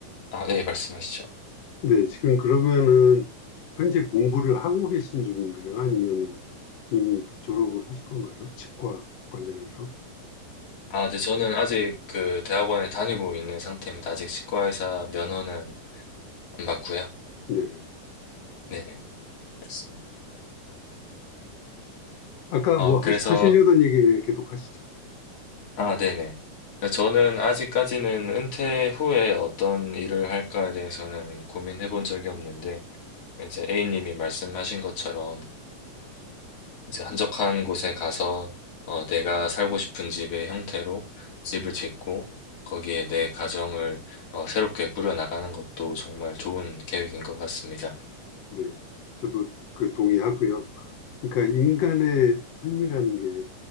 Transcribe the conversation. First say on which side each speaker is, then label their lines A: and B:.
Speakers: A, on the left (about 50°); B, on the left (about 70°).
A: 아, 네, 말씀하시죠.
B: 네 지금 그러면은 현재 공부를 하고 계신 중인가요? 아니면은 이미 졸업을 하실 건가요? 치과 관련해서?
A: 아, 네, 저는 아직 그 대학원에 다니고 있는 상태입니다. 아직 치과의사 면허는 안 받고요.
B: 네.
A: 네네. 알겠습니다.
B: 아까
A: 어,
B: 뭐
A: 그래서,
B: 하시, 하시려던 얘기 계속 하시죠.
A: 아, 네네. 그러니까 저는 아직까지는 은퇴 후에 어떤 일을 할까에 대해서는 고민해 본 적이 없는데, 이제 A님이 말씀하신 것처럼, 이제 한적한 곳에 가서, 어, 내가 살고 싶은 집의 형태로 집을 짓고, 거기에 내 가정을, 어, 새롭게 꾸려나가는 것도 정말 좋은 계획인 것 같습니다.
B: 네. 저도 그 동의하고요. 그러니까 인간의 삶이라는 게